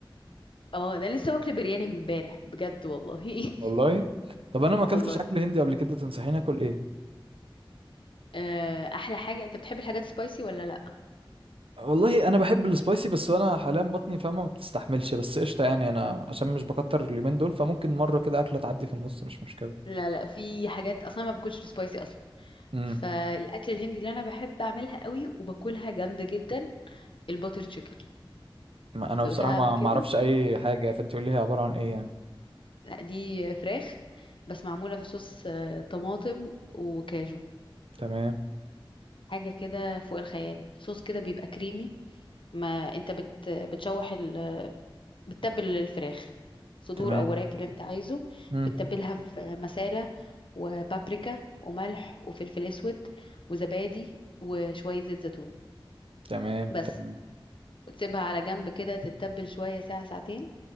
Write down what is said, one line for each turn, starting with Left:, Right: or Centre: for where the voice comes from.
Left: اه ده أنا لسه واكله برياني امبارح بجد والله <laughs>
Right: والله طب انا ما اكلتش
Left: والله
Right: اكل هندي قبل كده تنصحيني اكل ايه
Left: آه، احلى حاجه انت بتحب الحاجات سبايسي ولا لا
Right: والله انا بحب السبايسي بس انا حاليا بطني فاهمه ما بتستحملش بس قشطه يعني انا عشان مش بكتر اليومين دول فممكن مره كده اكله تعدي في النص مش مشكله
Left: لا لا في حاجات اصلا ما باكلش سبايسي اصلا
Right: امم
Left: فالاكل الهندي اللي انا بحب اعملها قوي وباكلها جامده جدا الباتر تشيكن
Right: ما انا
Left: دقتها
Right: بصراحه ما
Left: قبل كده
Right: ما اعرفش اي حاجه فانت قولي لي هي عباره عن ايه يعني
Left: لا دي فراخ بس معمولة في صوص آه، طماطم وكاجو
Right: تمام
Left: حاجة كده فوق الخيال صوص كده بيبقى كريمي ما انت بت بتشوح ال... بتتبل الفراخ صدور
Right: تمام
Left: او وراك اللي انت عايزه
Right: امم
Left: بتتبلها في مسالة وبابريكا وملح وفلفل اسود وزبادي وشوية زيت زيتون
Right: تمام
Left: بس
Right: تمام
Left: وتسيبها على جنب كده تتبل شوية ساعة ساعتين